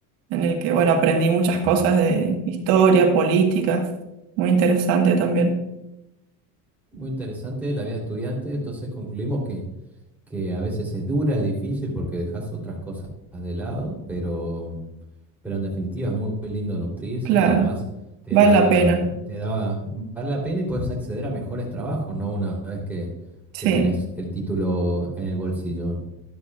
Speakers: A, on the right; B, in the centre.
A: en el que, bueno, aprendí muchas
B: Ujú.
A: cosas de historia, política, muy interesante también.
B: Muy interesante la vida estudiante, entonces concluimos que, que a veces es dura, es difícil porque dejas otras cosas de lado, pero, pero en definitiva es muy, muy lindo nutrirse
A: Claro,
B: y además te
A: vale
B: da,
A: la pena,
B: te da, vale la pena y puedes acceder a mejores trabajos, ¿no? Una vez que,
A: sí,
B: que tenés el título en el bolsillo.